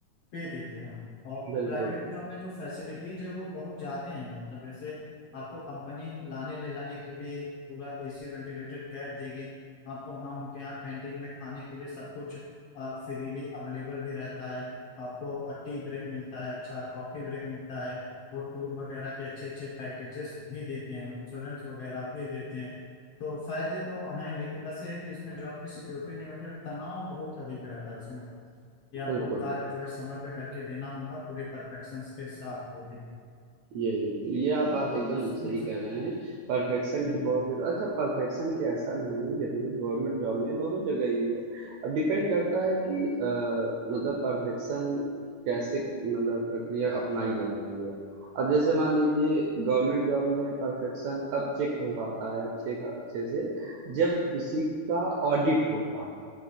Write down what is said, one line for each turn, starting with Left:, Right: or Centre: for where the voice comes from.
Left: पे देते हैं और
Right: बिल्कुल,
Left: प्राइवेट जॉब में जो फैसिलिटीज है वो बहुत ज्यादा हैं मतलब जैसे आपको कंपनी लाने ले जाने के लिए पूरा एसी वेंटिलेटेड कैब देगी आपको वहाँ उनके यहाँ कैंटीन में खाने के लिए सब कुछ फ्रीली अवेलेबल भी रहता है आपको टी ब्रेक मिलता है अच्छा कॉफी ब्रेक मिलता है वो टूर वगैरह के अच्छे अच्छे पैकेजेस भी देते हैं इंश्योरेंस वगैरह भी देते हैं तो फायदे तो हैं लेकिन बस ये है कि इसमें जॉब की सिक्योरिटी नहीं होती और तनाव बहुत अधिक रहता है इसमें कि आपको
Right: बिल्कुल।
Left: कार्य जो है समय पे करके देना होगा पूरे परफेक्शन के साथ वो भी
Right: ये बिल्कुल ये आप बात
Left: तो
Right: एकदम
Left: उस
Right: सही
Left: इन सब
Right: कह रहे हैं परफेक्शन
Left: हम्म,
Right: की बहुत जरूरत अच्छा परफेक्शन की ऐसा नहीं है जरूरत गवर्नमेंट जॉब में दोनों जगह ही है अब डिपेंड करता है कि अ, मतलब परफेक्शन कैसे मतलब प्रक्रिया अपनाई जा रही है अब जैसे मान लीजिए गवर्नमेंट जॉब में परफेक्शन तब चेक हो पाता है अच्छे खा- अच्छे से जब किसी का ऑडिट होता है